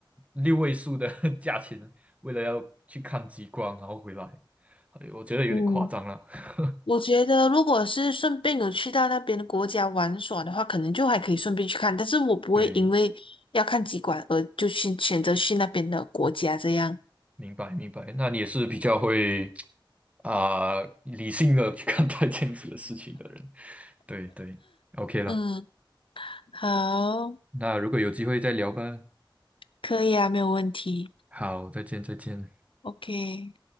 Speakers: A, on the right; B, on the left.
A: 六位数的 <laughs> 价钱，为了要去看极光，然后回来，哎我觉得有点夸张了。
B: 嗯。
A: <laughs>
B: 我觉得，如果是顺便有去到那边的国家玩耍的话，可能就还可以顺便去看，但是我不会因为要看极光而就去选择去那边的国家这样。
A: 对，明白明白。那你也是比较会啊、理性的去看待这样子的事情的人。对对，OK 了。
B: 嗯，好，
A: 那如果有机会再聊吧。
B: 可以啊，没有问题。
A: 好，再见，再见。
B: OK。